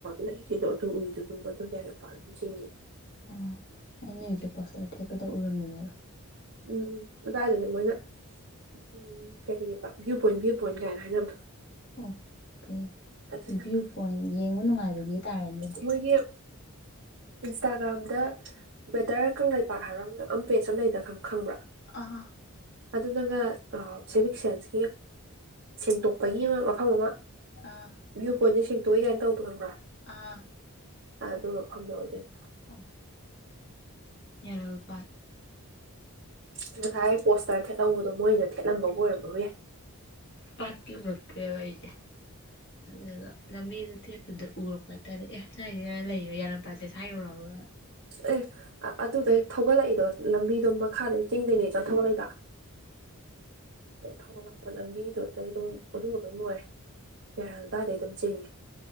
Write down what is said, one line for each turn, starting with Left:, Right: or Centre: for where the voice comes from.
Right: ꯂꯩꯈꯤꯗꯣ ꯑꯗꯨ ꯎꯏꯗꯣ ꯑꯗꯨꯝ ꯑꯗꯨ ꯌꯥꯔꯟꯄꯥꯠ ꯑꯗꯨꯝ ꯆꯤꯡꯉꯦ
Left: ꯑꯥ ꯑꯩꯅ ꯍꯧꯖꯤꯛ ꯄꯣꯁꯇꯔ ꯊꯦꯠꯄꯗ ꯎꯔꯝꯃꯤꯅꯦꯕ
Right: ꯎꯝ ꯑꯗꯋꯥꯏꯗꯅꯦ ꯃꯣꯏꯅ ꯎꯝ ꯀꯔꯤꯕ ꯚꯌꯨ ꯄꯣꯏꯟ ꯚ꯭ꯌꯨ ꯄꯣꯏꯟ ꯀꯥꯏꯅ ꯍꯥꯏꯅꯕꯗꯣ
Left: ꯑꯣꯀꯦ
Right: ꯑꯗꯨꯅꯅꯦ
Left: ꯚ꯭ꯌꯨ ꯄꯣꯏꯟ ꯌꯦꯡꯕ ꯅꯨꯡꯉꯥꯏꯕꯒꯤ ꯇꯥꯔꯦ ꯑꯗꯨꯗꯤ
Right: ꯃꯣꯏꯒꯤ ꯏꯟꯁꯇꯥꯒ꯭ꯔꯥꯝꯗ ꯕꯦꯇꯔ ꯀꯪꯂꯩꯄꯥꯛ ꯍꯥꯏꯕ ꯑꯃ ꯄꯦꯖ ꯑꯃ ꯂꯩꯗ ꯈꯪꯉ ꯈꯪꯕ꯭ꯔꯥ
Left: ꯑ
Right: ꯑꯗꯨꯅꯒ ꯁꯤꯚꯤꯛ ꯁꯦꯟꯁꯀꯤ ꯁꯦꯡꯇꯣꯛꯄꯒꯤ ꯑꯃ ꯃꯐꯝ ꯑꯃ
Left: ꯑꯥ
Right: ꯚꯤꯌꯨ ꯄꯣꯏꯟ ꯇꯣꯏ ꯀꯥꯏꯅ ꯇꯧꯕꯗꯣ ꯈꯪ꯭ꯕꯔꯥ
Left: ꯑꯥ
Right: ꯑꯥ ꯑꯗꯨ ꯃꯐꯝꯗꯣ ꯑꯣꯏꯗꯣꯏꯅꯦ
Left: ꯑ ꯌꯥꯔꯟꯄꯥꯠ
Right: ꯉꯁꯥꯏ ꯄꯣꯁꯇꯔ ꯊꯦꯠꯍꯧꯕꯗꯣ ꯃꯣꯏꯅ ꯊꯦꯠꯂꯝꯕꯕꯨ ꯑꯣꯏꯔꯝꯕꯕꯨ ꯌꯥꯏ
Left: ꯄꯥꯠꯇꯤ ꯎꯔꯛꯇꯔ꯭ꯦꯕ ꯑꯩꯁꯦ ꯑꯗꯨꯒ ꯂꯝꯕꯤꯗ ꯊꯦꯠꯄꯗ ꯎꯔꯛꯄ ꯍꯥꯏꯇꯥꯔꯦ ꯑꯦ ꯁꯥꯏ ꯂꯩꯔ ꯌꯥꯔꯟꯄꯥꯠꯁꯦ ꯁꯋꯥꯏ ꯌꯧꯛꯔꯑꯕ
Right: ꯑꯦ ꯑꯗꯨꯗꯩ ꯊꯧꯒꯠꯂꯛꯏꯗꯣ ꯂꯝꯕꯤꯗꯣ ꯃꯈꯥꯗ ꯆꯤꯡꯗꯩꯅꯦ ꯊꯧꯒꯠꯂꯛꯏꯗꯣ ꯊꯧꯒꯠꯂꯛꯄ ꯂꯝꯕꯤꯗꯨꯗꯩ ꯑꯗꯨꯝ ꯑꯗꯨꯝ ꯑꯗꯨꯝ ꯑꯣꯢꯔꯦ ꯌꯥꯔꯜ ꯑꯗꯥꯏꯗꯩ ꯑꯗꯨꯝ ꯆꯤꯡꯉꯦ